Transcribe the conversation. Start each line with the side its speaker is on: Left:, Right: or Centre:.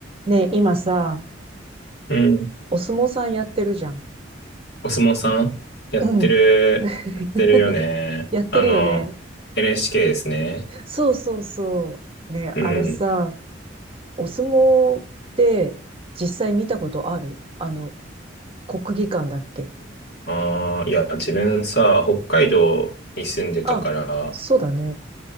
Right: ねえ、今さ、
Left: うん。
Right: お相撲さんやってるじゃん。
Left: お相撲さんやってる、
Right: うん。<laughs>
Left: やってるよね。
Right: やってるよね。
Left: あの、l h k ですね。
Right: そうそうそう。ねえ、
Left: うん。
Right: あれさ、お相撲って実際見たことあるあの、国技館だっけ
Left: ああ、いや、自分さ、北海道に住んでたから、
Right: あ、そうだね。